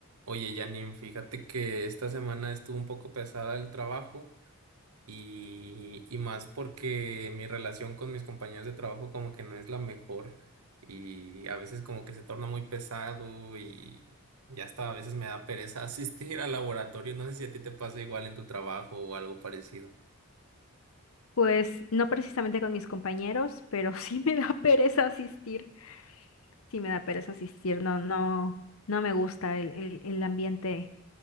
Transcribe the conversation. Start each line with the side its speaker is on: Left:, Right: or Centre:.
Right: Oye, Janine, fíjate que esta semana estuvo un poco pesada el trabajo y, y más porque mi relación con mis compañeros de trabajo como que no es la mejor y a veces como que se torna muy pesado y ya hasta a veces me da pereza <laughs> asistir al laboratorio. No sé si a ti te pasa igual en tu trabajo o algo parecido.
Left: Pues no precisamente con mis compañeros, pero <laughs> sí me da <laughs> pereza asistir. Sí me da pereza asistir. No, no, no me gusta el, el, el ambiente